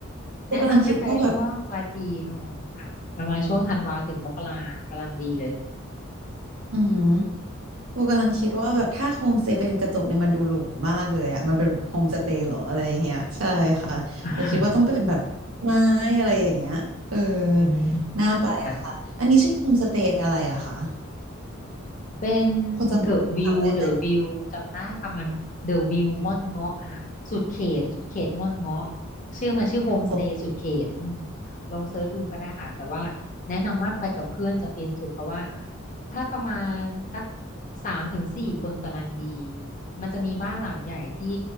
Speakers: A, on the right; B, on the left.
A: โบกำลังคิดว่าแบบ
B: แนะนำให้ไปช่วงปลายปีอ๋อค่ะประมาณช่วงธันวาถึงมกรากำลังดีเลย
A: อืมหโบกำลังคิดว่าแบบถ้าโฮมสเตย์เป็นกระจกเนี่ยมันดูหรูมากเลยอ่ะมันเป็นโฮมสเตย์เหรออะไร่เงี้ยใช่ค่ะโบคิดว่าต้องเป็นแบบไม้อะไรอย่างเงี้ยเออ
B: <laughs> อืม
A: น่าไปค่ะอันนี้ชื่อโฮมสเตย์อะไรอะคะ
B: ค่ะ เป็น
A: พอจะจำได้ไหม
B: The View The View จำได้ประมาณ The View ม่อนเงาะอะค่ะสุดเขตสุดเขตม่อนเงาะชื่อมันชื่อโฮมสเตย์สุดเขตอืม
A: โอเค
B: ลองเซิร์ชดูก็ได้ค่ะ แต่ว่าแนะนำว่าไปกับเพื่อนจะฟินสุดเพราะว่าถ้าประมาณสักสามถึงสี่คนกำลังดี มันจะมีบ้านหลังใหญ่ที่